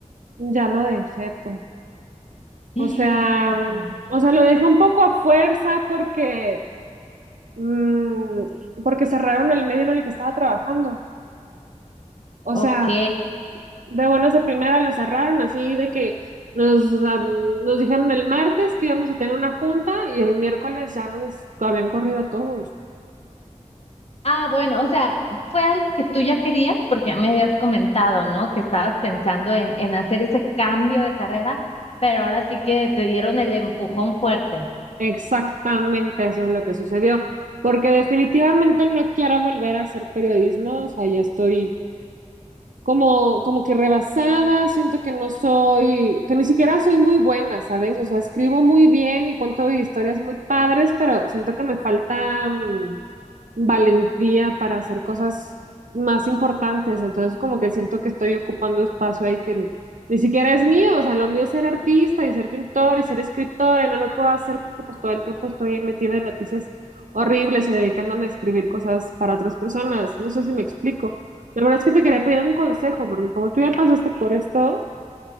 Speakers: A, on the right; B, on the left.
A: Ya lo dejé tú.
B: <gasps>
A: O sea, mm,
B: Wow.
A: o sea, lo dejé un poco a fuerza porque, mm, porque cerraron el medio en el que estaba trabajando. O
B: Ok.
A: sea, de buenas a primera lo cerraron así de que nos, am, nos dijeron el martes que íbamos a tener una junta y el miércoles ya nos habían corrido a todos. güey.
B: Ah, bueno, o sea, fue algo que tú ya querías porque ya me habías comentado, ¿no? Que estabas pensando en, en hacer ese cambio de carrera, pero ahora sí que te dieron el empujón fuerte.
A: Exactamente eso es lo que sucedió, porque definitivamente no quiero volver a hacer periodismo, o sea, ya estoy como, como que rebasada, siento que no soy, que ni siquiera soy muy buena, ¿sabes? O sea, escribo muy bien y cuento historias muy padres, pero siento que me falta mm, valentía para hacer cosas más importantes, entonces como que siento que estoy ocupando espacio ahí que ni siquiera es mío, o sea, lo mío es ser artista y ser pintor y ser escritora y no lo puedo hacer porque pues todo el tiempo estoy metida en noticias horribles y dedicándome a escribir cosas para otras personas, no sé si me explico. La verdad es que te quería pedir un consejo, porque como tú ya pasaste por esto,